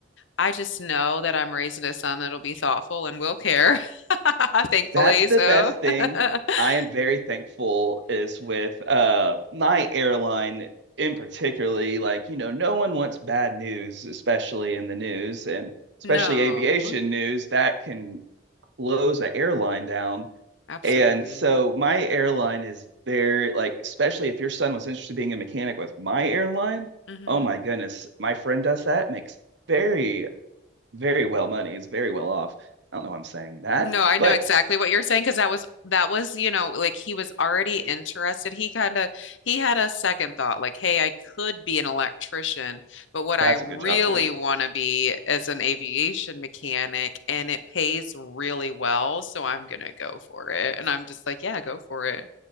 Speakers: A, on the left (about 70°); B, on the right (about 60°).
A: I just know that I'm raising a son that'll be thoughtful and will care, <laughs> thankfully.
B: that's the
A: So,
B: best thing.
A: <laughs>
B: I am very thankful is with uh my airline in particularly. Like you know, no one wants bad news, especially in the news and especially
A: no,
B: aviation news that can close an airline down.
A: absolutely.
B: And so my airline is very like, especially if your son was interested in being a mechanic with my airline.
A: Mhm.
B: Oh my goodness, my friend does that, makes very very well money, is very well off. I don't know why I'm saying that,
A: No, I know
B: but
A: exactly what you're saying because that was that was, you know, like he was already interested. He kind of he had a second thought like, hey, I could be an electrician, but what
B: that's
A: I really
B: a good job too.
A: want to be is an aviation mechanic and it pays really well, so I'm gonna go for it. And I'm just like, yeah, go for it.